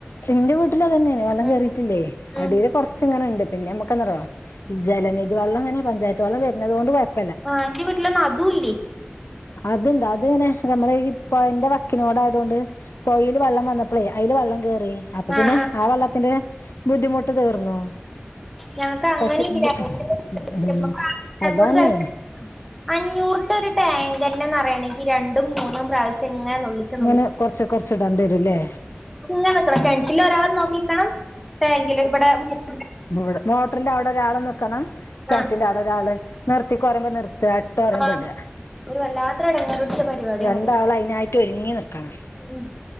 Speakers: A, on the left (about 80°); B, in the centre.
A: ന്റെ വിട് വിടില് അത്തന്നെയന്നെ വെള്ളം
B: ഉം
A: കേയറിയിട്ടില്ലേ
B: ഉം
A: അടിൽ കൊറച്ച് ഇങ്ങനെുണ്ട് പിന്നെ നമ്മുക്കന്താറിയോ ജലനിധി വെള്ളം തന്നെ പഞ്ചായത്ത് വെള്ളം വരുന്നത് കൊണ്ട് കൊഴപ്പ
B: ആഹ എന്റവിട്ടില് അതും ല്ലോ
A: അത്ണ്ട് അത്ങ്ങനെ നമ്മള് ഇപ്പ എന്റെ പൊയി ന്റെവക്കിനോട് ആയതുകൊണ്ട് പൊയിൽ വെള്ളം വന്നപ്പോ അപ്പള്അതില് വെള്ളം കേറി അപ്പൊ
B: ആഹ്
A: പിന്നെ
B: ആഹ്
A: ആ വെള്ളത്തിന്റെ ബുദ്ധിമുട്ട് തീർന്നു
B: ഞങ്ങക്ക് അങ്ങനെ
A: പക്ഷെ
B: ഇല്ല
A: ഇത്
B: എന്റെ വിട്
A: ഉം
B: <unintelligible>
A: അതാണേ
B: അഞ്ഞൂറിന്റെ ഒരു ടാങ്ക് ടാങ്കിന്നെ നിറയണെങ്കിൽ രണ്ടും മൂന്നും പ്രാവശ്യ ഇ ഇങ്ങ നെനോക്കിങ്ങ
A: ഇങ്ങനെ കൊറച്ച് കൊറച്ച് ഇടേണ്ടി വരൂല്ലേ
B: നെ നിൽക്കണംകിണ ഒരാൾ നോക്കിക്കണം ടാങ്കിലും ഇവിടെ മോട്ടർ
A: ഇടെ മോട്ടറിന്റെ അവിടെ ഒരാൾ മോട്ട റിന്റെ അവിടെ ഓരൾ നിൽക്കണം കണറ്റിന്റെ
B: ആഹ്
A: അവിടെ ഒരാൾ നിർത്തി കുറയമ്പ്പോ നിർത്തി ഇട്ടോ പറമ്പോ
B: ആഹ്
A: ഇടാ
B: ഒരു വല്ലാത്ത ഇടങ്ങാർപിടിച്ച പരിപാടിയാണ്അത്
A: രണ്ടാള് അതിനായിട്ട് ഒരുങ്ങി നിക്കണം
B: ഉ